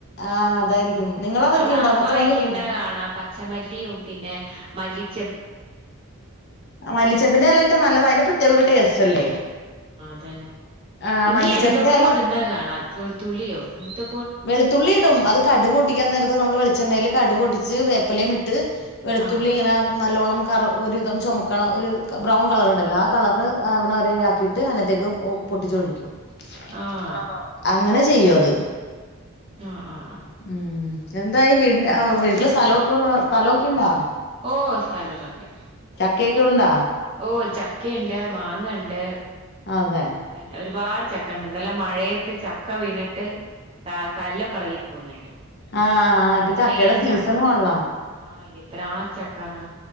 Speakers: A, on the left; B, on the right.
A: ആ അതായിരിക്കും നിങ്ങളത്
B: അവിടെ
A: ഇടലുണ്ടോ
B: അമ്മ
A: പച്ചമല്ലി
B: വെക്കുന്ന
A: ഇടലുണ്ടോ
B: കാണാ പച്ചമല്ലിയും പിന്നെ മല്ലിച്ച
A: മല്ലിച്ചപ്പിന്റെല ഇട്ടാ നല്ലത അതിന്റെ പ്രത്യേക ഒരു ടേസ്റ്റ് അല്ലേ
B: അന്നെ
A: ആ
B: പിന്നെ
A: മല്ലിച്ചപ്പിന്റെ
B: എന്തൊക്കോ
A: ഇല
B: ഇടുന്ന കാണാ വെളുത്തുള്ളിയോ എന്തോ
A: വെളുത്തുള്ളി ഇടും അത് കടു പൊട്ടിക്കാൻ നേര ത് നമ്മൾ വെളിച്ചെണ്ണയിൽ കടു പൊട്ടിച്ച് വേപ്പലയയും ഇട്ട് വെളുത്തുള്ളിങ്ങനെ
B: ആഹ്
A: നല്ലോണ്ണം കറ് ഒരിധം ചുമക്കണം ഒരു ബ്രൗൺ കളർണ്ടല്ലോ ആ കളറ് അവന് ആക്കിയിട്ട് അതിനത്തേക്ക് പൊട്ടിച്ചൊഴിക്കും
B: ആഹ്
A: ആ അങ്ങനെ ചെയ്യോ അത്
B: ആ ആ
A: ഉം എന്താ ഈ വീടി വീട്ടില് സ്ഥലമോക്കെ ഉള്ള സ്ഥലമൊക്കെ ഉണ്ടാ
B: ഓ സ്ഥലക്കെണ്ട്
A: ചക്കയൊക്കെ ഉണ്ടോ
B: ഓ ച ക്കണ്ട് മാങ്ങ ണ്ട്
A: അതെ
B: പിന്നെ ഒരുപാട് ചക്ക ഉണ്ട്ല്ല മഴയത്ത് ചക്ക വീണിട്ട് ത കല്ലൊ ളകി പോുന്നുണ്ട്
A: ആഹ് ഇപ്പൊ
B: അത്രയും
A: ചക്കയുടെ സീസണും
B: ചക്ക വേണം
A: ആണല്ലോ
B: ആ എത്ര ചക്കന്നാ